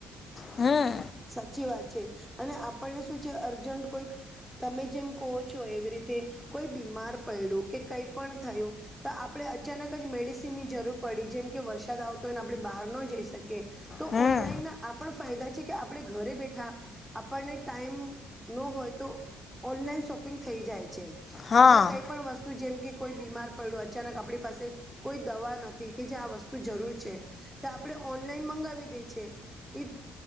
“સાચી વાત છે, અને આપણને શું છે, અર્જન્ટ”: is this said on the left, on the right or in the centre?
Centre